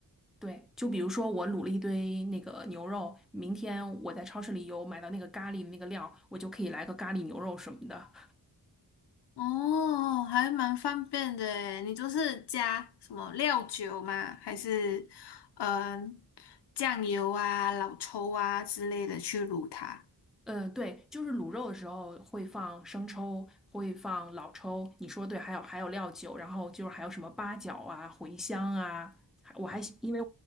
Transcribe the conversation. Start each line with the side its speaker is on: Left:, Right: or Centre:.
Centre: 对，就比如说我卤了一堆那个牛肉，明天我在超市里有买到那个咖喱的那个料，我就可以来个咖喱牛肉什么的。
Left: 哦，还蛮方便的诶，你就是加什么料酒吗？还是嗯、呃酱油啊、老抽啊之类的去卤它？
Centre: 嗯，对，就是卤肉的时候会放生抽，会放老抽，你说对，还有还有料酒，然后就是还有什么八角啊、茴香啊，还我还喜因为